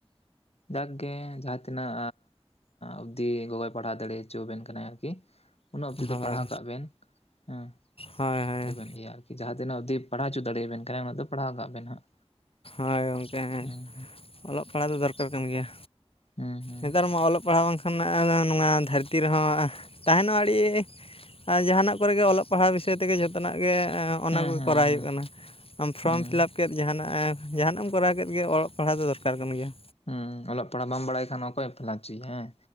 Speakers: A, on the left; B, on the left.
A: ᱡᱟᱠ ᱜᱮ ᱡᱟᱦᱟᱸ ᱛᱤᱱᱟᱹᱜ ᱚᱵᱫᱤ ᱜᱚᱜᱚᱭ ᱯᱟᱲᱦᱟᱣ ᱫᱟᱲᱮ ᱦᱚᱪᱚ ᱵᱮᱱ ᱠᱟᱱᱟᱭ ᱟᱨᱠᱤ ᱩᱱᱟᱹᱜ ᱚᱵᱽᱫᱤ
B: ᱦᱳᱭ
A: ᱫᱚ ᱯᱟᱲᱦᱟᱣ ᱠᱟᱜ ᱵᱮᱱ ᱦᱮᱸ
B: ᱦᱳᱭ ᱦᱳᱭ
A: ᱟᱵᱮᱱ ᱤᱭᱟᱹ ᱟᱨᱠᱤ ᱡᱟᱦᱟᱸ ᱛᱤᱱᱟᱹᱜ ᱚᱵᱽᱫᱤ ᱯᱟᱲᱦᱟᱣ ᱦᱚᱪᱚ ᱫᱟᱲᱮᱭᱟ ᱵᱮᱱ ᱠᱟᱱᱟᱭ ᱚᱱᱟ ᱫᱚ ᱯᱟᱲᱦᱟᱣ ᱠᱟᱜ ᱵᱮᱱ ᱦᱟᱸᱜ
B: ᱦᱚᱭ ᱜᱚᱝᱠᱮ ᱦᱮᱸ
A: ᱦᱩᱸ
B: ᱚᱞᱚᱜ ᱯᱟᱲᱦᱟᱜ ᱫᱚ ᱫᱚᱨᱠᱟᱨ ᱠᱟᱱ ᱜᱮᱭᱟ
A: ᱦᱩᱸ ᱦᱩᱸ
B: ᱱᱮᱛᱟᱨ ᱢᱟ ᱚᱞᱚᱜ ᱯᱟᱲᱦᱟᱣ ᱵᱟᱝᱠᱷᱟᱱ ᱠᱷᱟᱱ ᱱᱚᱣᱟ ᱫᱷᱟᱹᱨᱛᱤ ᱨᱮᱦᱚᱸ ᱛᱟᱦᱮᱱᱚᱜ ᱟᱹᱰᱤ ᱟᱨ ᱡᱟᱦᱟᱱᱟᱜ ᱠᱚᱨᱮᱜ ᱜᱮ ᱚᱞᱚᱜ ᱯᱟᱲᱦᱟᱣ ᱵᱤᱥᱚᱭ ᱛᱮᱜᱮ ᱡᱚᱛᱚᱱᱟᱜ ᱜᱮ ᱚᱱᱟ
A: ᱦᱩᱸ
B: ᱠᱚᱜᱮ
A: ᱦᱩᱸ
B: ᱠᱚᱨᱟᱣ
A: ᱦᱩᱸ
B: ᱦᱩᱭᱩᱜ ᱠᱟᱱᱟ ᱟᱢ ᱯᱷᱨᱚᱢ
A: ᱦᱩᱸ
B: ᱯᱷᱤᱞᱟᱯ ᱠᱮᱫ ᱡᱟᱦᱟᱱᱟᱜ ᱡᱟᱦᱟᱱᱟᱜ ᱮᱢ ᱠᱚᱨᱟᱣ ᱠᱮᱫ ᱜᱮ ᱚᱞ ᱯᱟᱲᱦᱟᱜ ᱫᱚ ᱫᱚᱨᱠᱟᱨ ᱠᱟᱱ ᱜᱮᱭᱟ
A: ᱦᱮᱸ ᱚᱞᱚᱜ ᱯᱟᱲᱦᱟᱜ ᱵᱟᱢ ᱵᱟᱲᱟᱭ ᱠᱷᱟᱱ ᱚᱠᱚᱭᱮ ᱯᱷᱮᱞᱟᱪᱚᱭ ᱦᱮᱸ